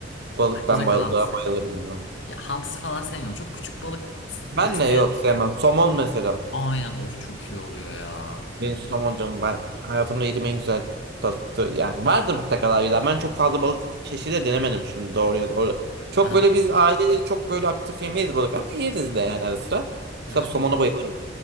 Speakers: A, on the right; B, on the left.
A: balık ben
B: özellikle
A: balığa
B: hamsi.
A: bayılırım ya.
B: Ya hamsi falan sevmiyorum. Çok küçük balık
A: Ben
B: türü sevmiyorum.
A: de yok sevmem. Somon mesela.
B: Aynen of çok iyi oluyor ya.
A: Benim somon canım ben hayatımda yediğim en güzel balıktı. Yani vardır mutlaka daha güzel. Ben çok fazla balık çeşidi de denemedim şimdi doğruya doğru. Çok
B: Aha,
A: böyle biz aileyle çok böyle aktif yemeyiz balık ama yeriz de yani ara sıra. Mesela
B: aha.
A: somona bayılırım.